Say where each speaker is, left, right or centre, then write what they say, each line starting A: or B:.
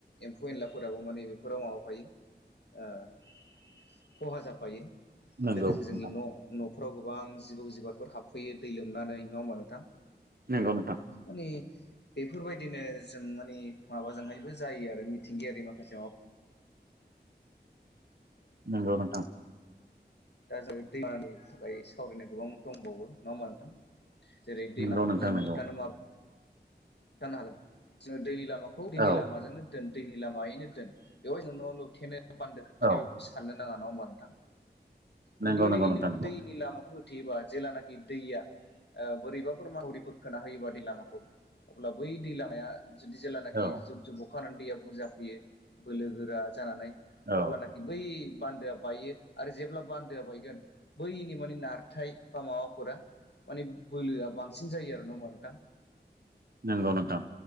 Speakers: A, on the left; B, on the right.
A: एम्फौ एनलाफोराबो माने बेफोराव माबाफायो ओ खहा जाफायो।
B: नंगौ
A: लोगोसे
B: नोंथां
A: जोंनि न' न'फ्राव गोबां जिबौ जिबाफोर हाबफैयो दै लोमनानै नङा होमबा नोंथां।
B: नोंगौ नोंथां
A: मानि बेफोरबायदिनो जों मानि माबाजोंहायबो जायो आरो मिथिंगायारि माखासे माबा
B: नंगौ नोंथां
A: दा जोङो दैमानि थाखाय सावरायनो गोबां दंबावो नङा होमबा नोंथां। जेरै दैमाफोरखौ
B: नंगौ नोंथां
A: जों
B: नंगौ
A: होबथानो माबो रै होबथानो हागोन जोङो दैनि लामाखौ दैनि
B: औ
A: लामाजोंनो दोन दैनि लामायैनो दोन बेयाव जों न' लुथेनो बान्दो खोथेनो
B: औ
A: साननो नाङा नङा होमबा नोंथां
B: नंगौ
A: जुदि ओरैनो
B: नंगौ नोंथां नंगौ
A: दैनि लामाखौ हो थेयोबा जेलानाखि दैया ओ बोरैबाफोर मावरिफोर खोना होयोबा दै लामाखौ अब्ला बै दै लामाया जुदि जेेलानाखि
B: औ
A: जुब जुब अ अखा हानानै दैया बुरजा फैयो बोलो गोरा जानानै
B: औ
A: अब्लानाखि बै बान्दोआ बायो आरो जेब्ला बान्दोआ बायगोन बैनि माने नारथाय बा माबाफोरा माने बोलोआ बांसिन जायो आरो ना नङा होमबा नोंथां
B: नंगौ नोंथां